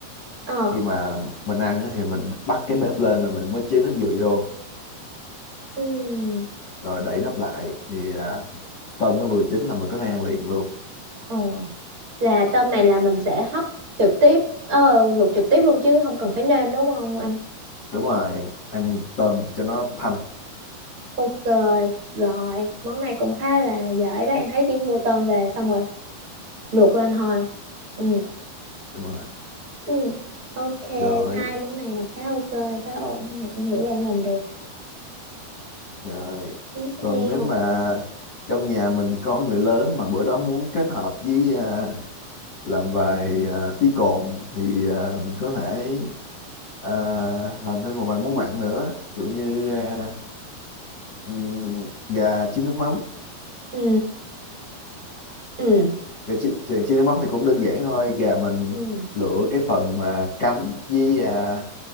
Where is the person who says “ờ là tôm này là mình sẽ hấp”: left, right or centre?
Right